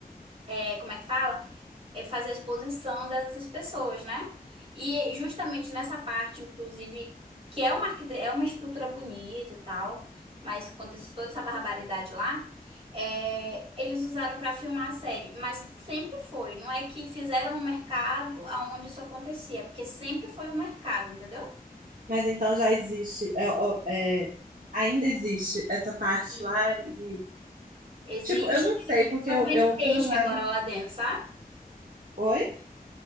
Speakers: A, on the right; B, on the right.
A: é, como é que fala? É fazer a exposição dessas pessoas, né? E justamente nessa parte, inclusive, que é uma, arquite- é uma estrutura bonita e tal, mas acontece toda essa barbaridade lá, é, eles usaram para filmar a série. Mas sempre foi, não é que fizeram um mercado aonde isso acontecia, é porque sempre foi o mercado, entendeu?
B: mas então já existe, é, é, ainda existe essa parte
A: Sim.
B: lá e
A: Existe,
B: tipo, eu não sei porque
A: só
B: eu,
A: que vende
B: eu
A: peixe
B: por um lado,
A: agora lá dentro, sabe?
B: oi